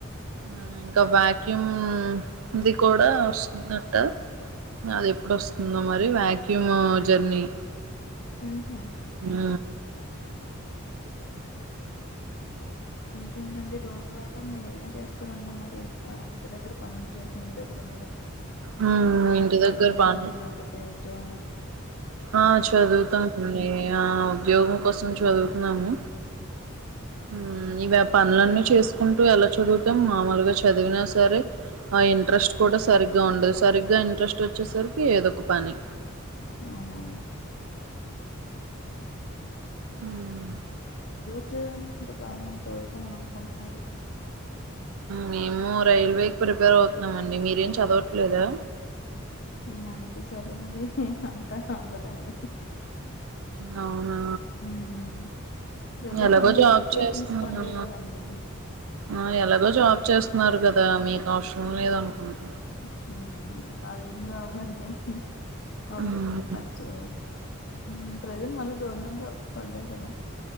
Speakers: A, on the right (about 75°); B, on the left (about 50°).
A: అ ఇంకా వ్యక్యూమ్ది కూడా ఓస్ ఉందంట్ట అది ఎప్పుడోస్తుందో మరి వ్యాక్యూమ్ జర్నీ
B: మ్ హు
A: హు మ్
B: ఇంకేంటండి రోజువారు మీరేం చేస్తారండి మరి ఇంకా ఇంటి దగ్గర పనులు చేసి ఇంటి దగ్గర ఉండడమేనా
A: మ్మ్.
B: అంటే
A: ఇంటి
B: లైక్ చదవడమన
A: దగ్గర పనులు
B: లేక్పోతే ఉజ్యోగం
A: ఆ చదువ్తానండి ఆ ఉద్యోగం కోసం చదువ్తున్నాము హు మ్ ఇవి పనులన్నీ చేస్కుంటూ ఎలా చదువుతాం మామూల్గా చదివినా సరే ఆ ఇంట్రెస్ట్ కూడా సరిగ్గా ఉండదు సరిగ్గా ఇంట్రెస్ట్ ఓచ్చేసరికి ఏదో ఒక పని
B: అవునవును
A: మ్మ్.
B: ఉజ్యోగానికి మీరు బాగా చదువుతమని అన్కుంటున్నారు
A: మేము రైల్వే కి ప్రిపేర్ అవ్త్నమండి మీరేం చదవట్లేదా
B: మనకి చదువది అంతా గ అవ్వదండి
A: అవ్ అవ్నా
B: ఉమ్ ప్రజెంట్
A: ఎలాగో
B: మళ్ళీ
A: జాబ్
B: నోటిఫికేషన్స్
A: చేస్త్నార్
B: పడ్డాయి
A: గ
B: కదండి
A: ఆ ఎలాగో జాబ్ చేస్త్నారు కదా మీక్ అవ్సరం లేదన్కుంట
B: హు మ్ అదేం జాబ్ అండి ఒకరికింద
A: మ్మ్
B: పని చేయదు ఉ ప్రజెంట్ మళ్ళీ గవర్నమెంట్ జాబ్స్ పడ్డాయి కదా